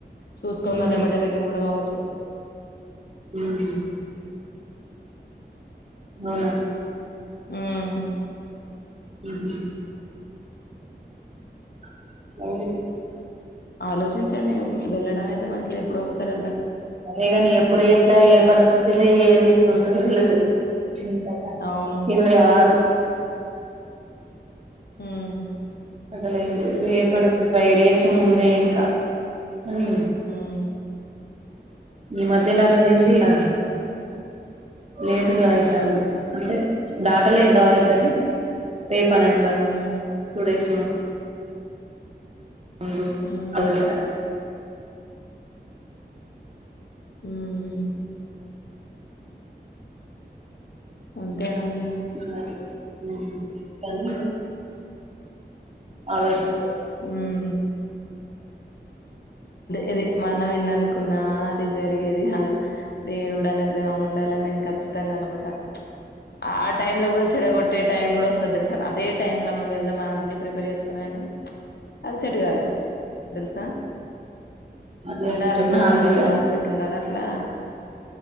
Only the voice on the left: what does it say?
చూస్కోని
మదమిడే రిడన్ గుడ కావచ్చు
మ్మ్
ఆలోచించండి వెళ్ళడం అయితే మంచిగ ఎప్పుడోకసారి
అవును
ఉమ్
మ్మ్
ఉమ్
ఉమ్
ఉమ్
ఉమ్ అంతేనండి
మ్మ్ ఇది మనం ఎన్ననుకున్నా అది జరిగేది గాదు దేవుడు అనుగ్రహం ఉండ అలా నేను ఖచ్చితంగా అనుకుంటా ఆ టైమ్ లో గుడ చెడగొట్టే టైం గుడా వస్తది తెలుసాను అదే టైమ్ లో మనం వెళ్దామనన్ని ప్రిపేర్ చేసుకున్నగాని అది సెట్ గాదు దెలుసా
ఉండాలి
పోవాలి
నాకు రాసి పెట్టుండాలి అట్లా